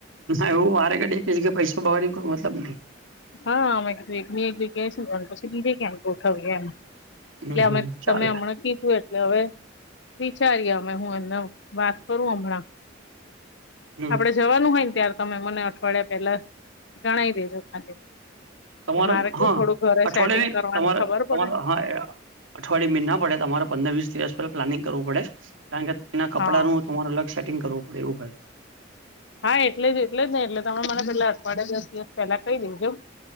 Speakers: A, on the right (about 85°); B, on the left (about 65°).
A: એવું વારે ક ડે છે કે પૈસો ભગવાની કોઈ મતલબ નહી.
B: હા મે કધું એક એક જ્યા પછી દીજે કેમ ઉઠાવ.
A: હમ
B: એટલે અમે
A: હમ ચાલે
B: તમે હમણાં કીધું એ. એટલે હવે વિચારીએ અમે હું એમને વાત કરું હમણાં
A: હમ
B: આપડ જવાનું હોય ને ત્યારે તમે મને અઠવાડિયા પેલા ગણાવ દેજો ખાલી.
A: તમાર
B: એટલે મારે કેવું
A: હા
B: થોડું ઘરે
A: અઠવાડયની
B: સેટિંગ કરવાની
A: તમારે
B: ખબર પડે
A: તમાર હા એ અઠવાડિય ના પડે તમારે પંદર વીસ દિવસ પહેલા પ્લાનિંગ કરવું પડે કારણ કે તેના કપડાંનું
B: હા
A: તમારે અલગ સેિંગ કરવું પડે એવું હોય
B: હા એટલે જ એટલે જ નહી એટલે તમે મને પેલા અઠવાડિયા દિવસ પેલા કઈ દેજોમ